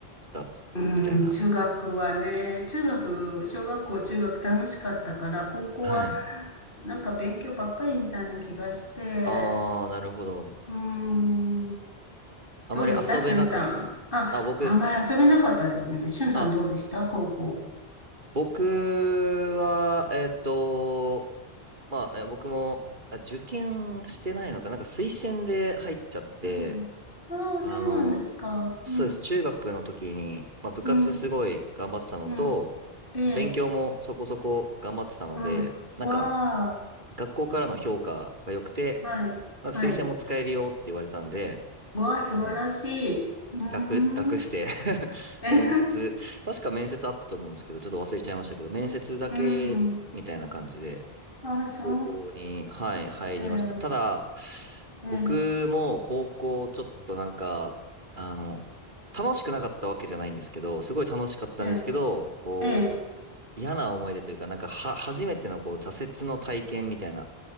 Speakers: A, on the right (about 50°); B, on the left (about 55°).
A: たみたいな。
B: うーん、中学はね、中学、小学校、中学楽しかったから、高校は
A: はい。
B: なんか勉強ばっかりみたいな気がして、
A: ああ、なるほど。
B: うーん、
A: あまり遊べなかっ
B: どうでしたしゅんさん。あ、
A: た。あ、僕ですか
B: あんまり遊べなかったですね。しゅんさんどうでした高校。
A: あ、僕は、えっと、まあ、え僕も、あ、受験してないのか。なんか推薦で入っちゃって、
B: うん。ああ、
A: あの、
B: そうなんですか。
A: そうです。
B: うん。
A: 中学の時に、まあ、部活すごい頑張ってたのと、
B: うん。うん。ええ。
A: 勉強もそこそこ頑張ってたので、
B: うん。
A: なんか、
B: わあ。
A: 学校からの評価が良くて、
B: はい。
A: なんか推薦も使えるよって言われたんで、
B: はい。わあ、素晴らしい。
A: あの、
B: うー
A: 楽、楽して
B: ん。
A: <laughs>
B: え、
A: 面接、
B: <laughs>
A: 確か面接あったと思うんですけど、ちょっと忘れちゃいましたけど、面接だけみたいな感じで、
B: うん。ああ、そ
A: 高校に、はい、入りました。
B: う。え
A: ただ、
B: え。ええ。
A: 僕も高校ちょっとなんか、あの、楽しくなかったわけじゃないんですけど、すごい楽しかったんですけど、
B: ええ。
A: こう、
B: ええ。
A: 嫌な思い出というか、なんかは、初めてのこう、挫折の体験みたいな